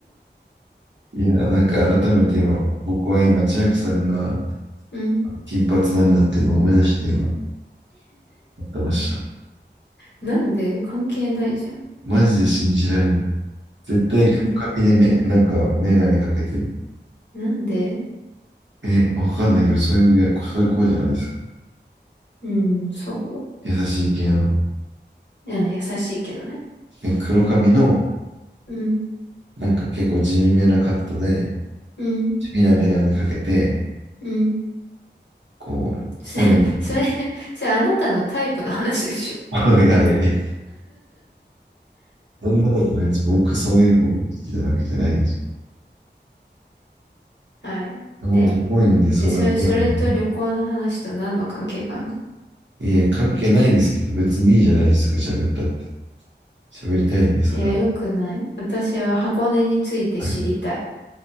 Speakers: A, on the right (about 80°); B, on the left (about 70°).
A: いや、なんか改めて今、僕は今、千秋さんが
B: うん。
A: 金髪なんだっていうのを思い出して今、思ってました。
B: なんで関係ないじゃん。
A: マジで信じられない。絶対カピカピでめ、
B: なんで
A: なんかメガネかけてる。
B: なんで
A: え、わかんないけど、そういう、そういう子じゃないですか。
B: うん、そう
A: 優しい系の。
B: うん、優しいけどね。
A: え、黒髪の、
B: うん、
A: なんか結構地味めなカットで、
B: うん、
A: 地味なメガネかけて、
B: うん。
A: こう、
B: <laughs> それ、
A: 本屋の人、
B: それ、それあなたのタイプの話でしょ。
A: <laughs> いやいやいや、そんなことないです。僕、そういう子好きなわけじゃないです。
B: はい。
A: 本当に本読んでそうな子なんで
B: で、で、それ、それと旅行の話と何の関係があるの
A: いや、関係ないですけど、別にいいじゃないですか、喋ったって。喋りたいんですから。
B: いや、よくない。私は箱根について知りたい。
A: はい。